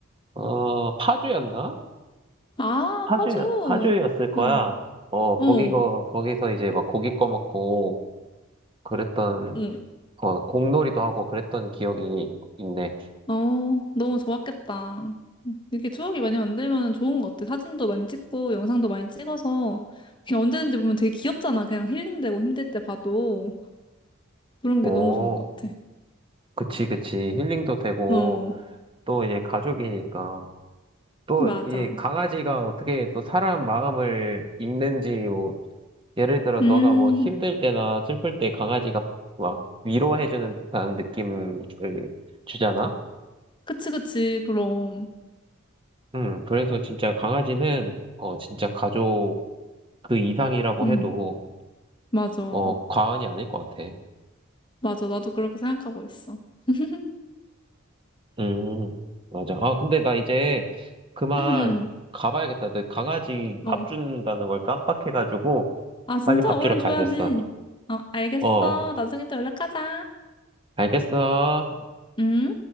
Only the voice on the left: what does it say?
아,
파주.
어,
어,
어.
어, 너무 좋았겠다. 이렇게 추억이 많이 만들면 좋은 것 같아. 사진도 많이 찍고, 영상도 많이 찍어서, 그냥 언제든지 보면 되게 귀엽잖아. 그냥 힐링되고 힘들 때 봐도. 그런
게 너무 좋은 것 같아.
어,
맞아.
음,
그치, 그치, 그럼.
음,
맞아.
맞아. 나도 그렇게 생각하고 있어. <laughs>
음, 음.
어.
아, 진짜?
얼른
줘야지. 어, 알겠어.
나중에 또 연락하자.
음?